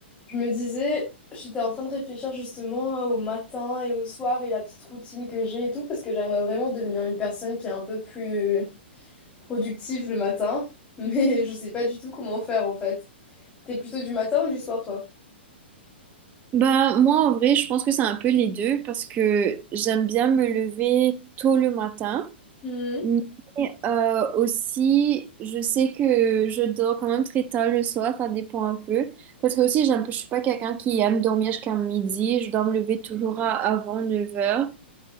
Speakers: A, on the left; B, on the right.
A: Je me disais, j'étais en train de réfléchir justement euh, au matin et au soir et la petite routine que j'ai et tout, parce que j'aimerais vraiment devenir une personne qui est un peu plus productive le matin, <laughs> mais je sais pas du tout comment faire en fait. T'es plutôt du matin ou du soir, toi?
B: Ben, moi, en vrai, je pense que c'est un peu les deux parce que j'aime bien me lever tôt le matin,
A: Mhm.
B: mais euh, aussi, je sais que je dors quand même très tard le soir, ça dépend un peu. Parce que aussi, j'aime je suis pas quelqu'un qui aime dormir jusqu'à midi, je dois me lever toujours à, avant neuf heures